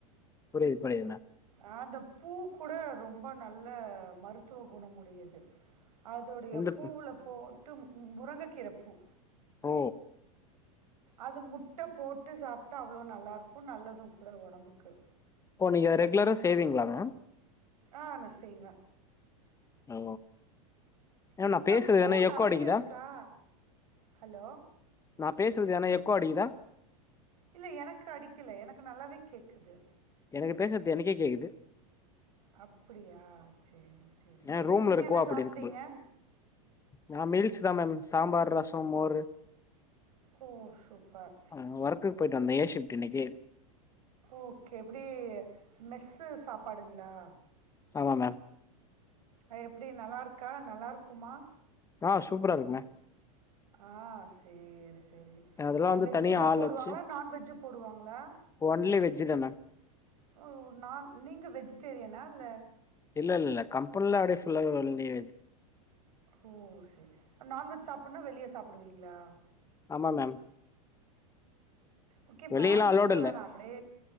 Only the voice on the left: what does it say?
புரிது புரிதுன
எந்த
ஓ
ஓ நீங்க ரெகுலரா செய்வீங்ளா மம்
ஓ எ
நா பேசுறது
எங்னா எக்கோ
அடிக்குதா
நா பேசுறது யானா எக்கோ அடிக்குதா
எனக்கு பேசுறது எனக்கே கேக்குது
ஏ ரூம்ல
இருக்கவா
அப்படி
இருக்கு போல நா மீல்ஸ் தா மம் சாம்பார் ரசம் மோரு
ஆ ஒர்க்குக்கு போய்ட்டு வந்த ஏ ஷிப்ட்டு இன்னிக்கு
ஆமா மம்
ஆ சூப்பரா இருக்கு ம
அதெல்லா
வந்து
தனியா
ஆள்
வச்சு
ஒன்லி வெஜ்சு தா மம்
இல்ல இல்ல கம்பனிலா அப்டி ஃபுல்லா வந்து
ஆமா மம்
வெளியலா
அலோடு
இல்ல